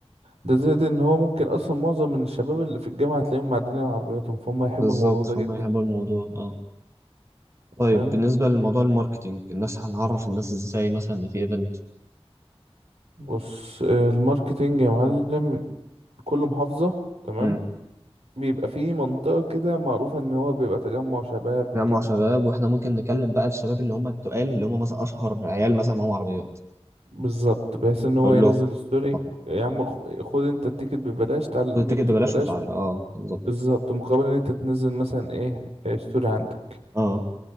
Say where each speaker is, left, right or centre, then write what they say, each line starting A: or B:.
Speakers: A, on the right; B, on the right.
A: ده زائد ان هو ممكن اصلا معظم من الشباب اللي في الجامعة تلاقيهم معدلين على عربياتهم فهم هيحبوا
B: بالظبط
A: الموضوع ده
B: فهم
A: جدا
B: يحبوا الموضوع اه طيب
A: فاهم
B: بالنسبة لموضوع الماركتينج الناس هنعرف الناس ازاي مثلا ان في ايفنت
A: بص آه، الماركتينج يا معلم كل محافظة تمام
B: امم
A: بيبقى فيه منطقة كده معروفة ان هو بيبقى تجمع شباب وكده
B: جمع شباب واحنا ممكن نكلم بقى الشباب اللي هم التقال اللي هم مثلا اشهر عيال مثلا معاهم عربيات
A: بالظبط بحيث ان هو
B: نقول
A: ينزل
B: لهم
A: ستوري
B: آه،
A: يا عم خ- خد انت التيكت ببلاش تعال الايفنت
B: خد التيكت ببلاش
A: ببلاش
B: وتعالى اه بالظبط
A: بالظبط مقابل ان انت تنزل مثلا ايه إيه ستوري عندك
B: اه